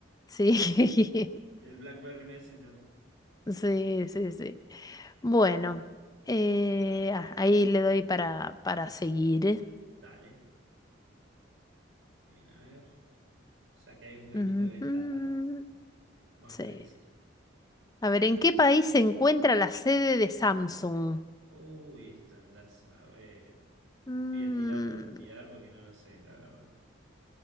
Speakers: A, on the left; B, on the right.
A: Sí, <laughs> sí,
B: <laughs> El BlackBerry Messenger.
A: sí, sí. Bueno, eh, ah, ahí le doy para, para seguir.
B: Dale. Bien, a ver. Saqué ahí un poquitito
A: Ujú,
B: de ventaja, ¿no? Vamos
A: Sí.
B: con la que sigue.
A: A ver, ¿en qué país se encuentra la sede de Samsung?
B: Uy, esta andás a ver.
A: Mm,
B: Voy a tirar por tirar porque no lo sé, la verdad.